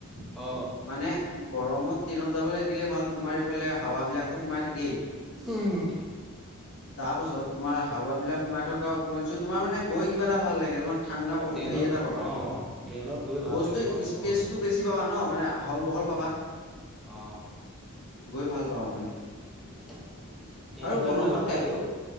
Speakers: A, in the centre; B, on the left.
A: অ
B: মানে গৰমত ট্ৰেইনত যাবলৈ কেলে ভাল তোমাৰ এইফালে হাৱা বিলাকটো সোমাই থাকেই
A: উম
B: তাৰ পাছত তোমাৰ হাৱা বিলাক সোমাই থকা উপএঞ্চি তোমাৰ মানে গৈ কিবা এটা ভাল লাগে ন ঠাণ্ডা প
A: ট্ৰেইনত
B: হেৰি এটা পাবা
A: অ ট্ৰেইনত গৈ ভাল
B: বস্তু
A: লাগে বাৰু সেইটো
B: স্পেচ
A: হয়
B: টো বেছি পাবা ন মানে আহল বহল
A: উম
B: পাবা
A: অ
B: গৈ ভাল পাবা মানে
A: <inaudible>
B: আৰু গৰমত
A: গৈ ভাল
B: গা
A: লাগে অ